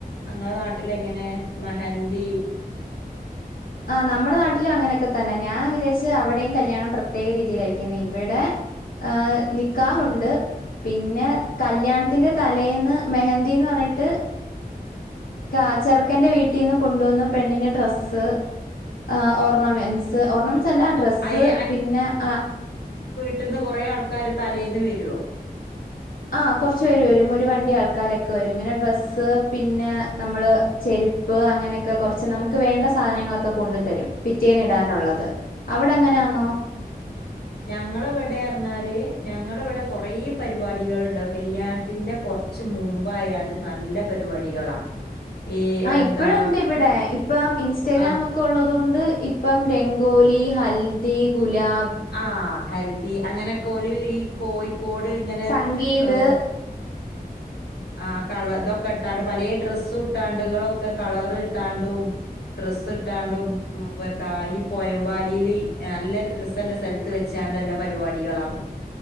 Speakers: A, on the left; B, on the left.
A: നിങ്ങളെ നാട്ടില് എങ്ങനെ മെഹ ന്തി
B: ആ നമ്മളെ നാട്ടില് അങ്ങനൊക്കെ തന്നെ ഞാൻ വിചാരിച്ച് അവിടേം കല്യാണം പ്ര പ്രത്യേക രീതിയിലായിരിക്കുന്ന്‌ ഇവിടെ ആ നിക്കാഹുണ്ട് പിന്നേ കല്യാണത്തിന്റെ തലേന്ന് മെഹന്തീന്ന്റഞ്ഞിട്ട് കാ ചെറുക്കന്റെ വീട്ടിന്ന് കൊണ്ടുവന്ന് പെണ്ണിന് ഡ്രസ്സ് ആ ഓർണമെൻസ് ഓർണമെൻസ് അല്ല ഡ്രസ്സ്
A: അയി
B: പിന്ന ആ
A: ട്ട്ന്ന് കൊറേ ആൾക്കാര് തലേന്ന് വരോ
B: ആ കൊറച്ചു പേര് വരും ഒരു വണ്ടി ആൾക്കാരൊക്കെ വരും പിന്ന ഡ്രസ്സ് പിന്ന നമ്മള് ചെരിപ്പ് അങ്ങനക്കെ കൊറച്ച് നമുക്ക് വേണ്ട സാധനങ്ങളൊക്കെ കൊണ്ട് തരും പി റ്റേന്ന് ഇടാനുള്ളത് അവിടെ അങ്ങനാന്നോ?
A: ഞങ്ങളിവിടെറഞ്ഞാല് ഞങ്ങളിവിടെ കൊറെ പരിപാടികള്ണ്ടാവും കല്യാണത്തിന്റെ കൊറച്ച് മുമ്പായാണ്ട് നല്ല പരിപാടികളാ ഈ
B: ആ
A: എന്താ
B: ഇപ്പഴൊണ്ട് ഇവിടെ ഇപ്പം ഇൻസ്റ്റാഗ്രാം
A: ആഹ്
B: ഒക്കെ ഒള്ളതു കൊ ണ്ട് ഇപ്പം രംഗോലി ഹൽദി ഗുലാ
A: ആ ഹൽ ദീ അങ്ങനെക്കോല് ഈ കോയി ക്കോട് ഇങ്ങനെ
B: സംഗീത്
A: ഹ് ആഹ് കള ഇതൊക്കെ ഇട്ടാണ്ട് പലേ ഡ്രസ്സ്‌ ഇട്ടാണ്ടുകളൊക്കെ കളർ ഇട്ടാണ്ടും ഡ്രസ്സ് ഇട്ടാണ്ടും മ്മ് <unintelligible> ഈ പോയമ്പാലീല് നല്ല രസല്ലേ സ്ഥലത്ത് വെച്ചാണ്ട് എല്ലാ പരിപാടികളാ